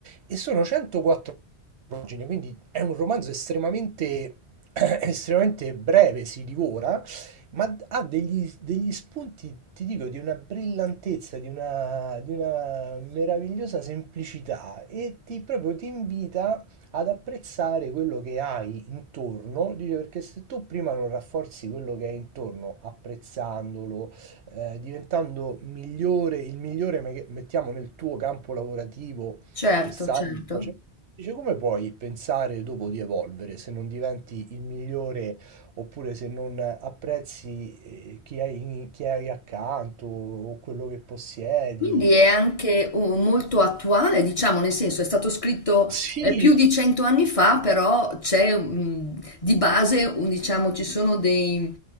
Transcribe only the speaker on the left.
certo,
certo.
Quindi è anche oh, molto attuale, diciamo, nel senso è stato scritto
eh, più di cento anni fa, però c'è mm, di base, un- diciamo, ci sono dei-